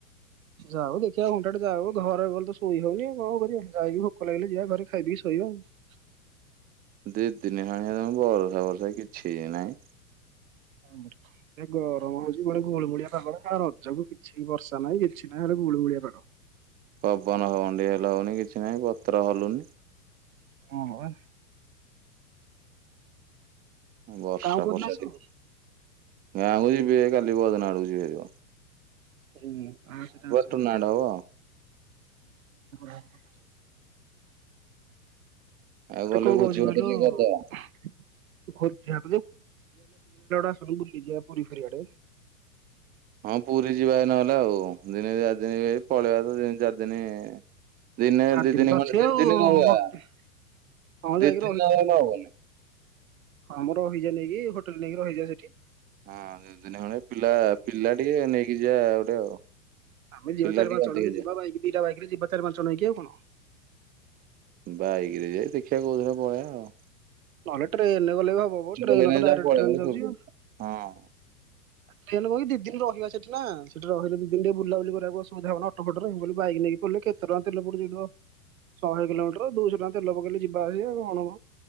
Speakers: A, on the right (about 65°); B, on the right (about 20°).
A: ଯାଉ ଦେଖିବା ଘଣ୍ଟା ଟେ ଯାଉ ଘର ଗଲେ ତ ଶୋଇ ହଉନି ଆଉ କଣ କରିବା ଯାଇକି ଭୋକ ଲାଗିଲେ ଯିବା ଘରେ ଖାଇ ପିଇ ଶୋଇବା ଆଉ।
B: ଦିଦିନି ଖାଣି ହେ ତମ ବର୍ଷା ବର୍ଷା କିଛି ନାଇଁ।
A: ହ ମୂର୍ଖ। ଏ ଗରମ ହଉଚି ଗୋଟେ ଗୋଳୁମୁଳିଆ ପାଗ ନା ରଜକୁ କିଛି ବର୍ଷା ନାହିଁ କିଛି ନାହିଁ ହେଲେ ଗୁଳିଗୁଳିଆ ପାଗ।
B: ପବନ ହଉନି ହେଲ ହଉନି କିଛି ନାହିଁ ପତ୍ର ହଲୁନି।
A: ହଁ ହଁ ବା।
B: ବର୍ଷା
A: କାମ କୋଉଦିନ
B: ଫର୍ଷା
A: ଆସିବୁ
B: ଟିକ୍
A: ହୁଁ
B: ଗାଁକୁ ଯିବି ଯାଇ କାଲି ପଦିନ ଆଡକୁ ଯିବି ଯିବ।
A: ହୁଁ ଆ ସେଟା ଆସ
B: ଟୁର୍ଣ୍ଣାମେଣ୍ଟ ହବ।
A: <unintelligible>
B: ଆଉ
A: ଆରେ
B: ଗଲେ
A: କଣ
B: ଭୋଜି
A: କହୁଛି
B: ଭାତ
A: କହିଲୁ?
B: ଟିକେ କରିଦବା
A: <unintelligible> ଆସୁନୁ ବୁଲିଯିବା ପୁରୀ ଫୁରିଆଡେ।
B: ହଁ ପୁରୀ ଯିବା ନହେଲେ ଆଉ ଦିନ ଚାରି ଦିନ ପଳେଇବା ତ ଦି ଚାରି ଦିନି। ଦିନେ
A: ଚାରି
B: ଦି
A: ଦିନ
B: ଦିନି
A: ତ
B: ଖଣ୍ଡେ
A: ଅଛି
B: ଦି
A: ଆଉ
B: ଦିନି ରହିବା।
A: ଗୋଟେ ହଁ ଯାଇକି
B: ଦି ଦିନ ନ ହେଲେ ହବନି।
A: ହଁମର ରଇଯାଇକି ହୋଟେଲ ନେଇକି ରହିଯିବା ସେଠି।
B: ହଁ ଦି ଦିନି ଖଣ୍ଡେ ପିଲା ପିଲା ଟିକେ ନେଇକି ଯିବା ଗୋଟେ ଆଉ।
A: ଆମେ ଯିବା
B: ପିଲା
A: ଚାରି
B: ଟିକେ
A: ପାଞ୍ଚ
B: ଅଧିକ
A: ଜଣକ ଯିବା ବାଇକ୍ ଦିଟା ବାଇକ୍ ରେ ଯିବା ଚାର ପାଞ୍ଚ ଜଣ ହେଇକି ଆଉ କଣ।
B: ବାଇକ ରେ ଯାଇ ଦେଖିବା କଉଦିନ ପଳେଇଆ ଆଉ।
A: ନହଲେ ଟ୍ରେନ୍ ରେ ଗଲେ ବି ହବ। ମ
B: <unintelligible>
A: ଟ୍ରେନ ତ ଡାଇରେକ୍ଟ ଟ୍ରେନ ଯାଉଛି
B: ହଁ।
A: ଆଉ। ଟ୍ରେନ ଦି ଦିନ ରହିବା ସେଠି ନା ଦି ଦିନ ଟିକେ ବୁଲବୁଲି କରିବାକୁ ଅସୁବିଧା ହବ ନା ଅଟୋ ଫୋଟ ରେ ମୁଁ କଇଲି ବାଇକ୍ କୋଇଲେ କେତେ ଟଙ୍କା ତେଲ ପଡଛିିବ ଶହେ କିଲୋମିଟର ଦୁଇଶହ ଟଙ୍କା ତେଲ ପକେଇଲେ ଯିବା ଆସଉ କଣ ମ।